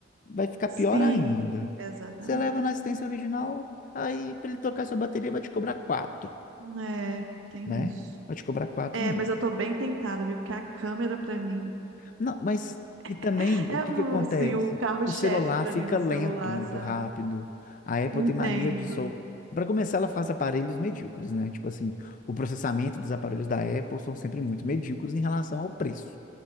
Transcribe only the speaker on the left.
vai ficar
pior ainda.
Você leva na assistência original, aí para ele trocar sua bateria, vai te cobrar quatro
né?
Vai te cobrar 4
mil.
Não, mas e também
o que
que acontece?
O celular
fica
lento
muito
rápido. A Apple
tem mania de só. Para começar, ela faz aparelhos medíocres, né? Tipo assim, o processamento dos aparelhos da Apple são sempre muito medíocres em relação ao preço.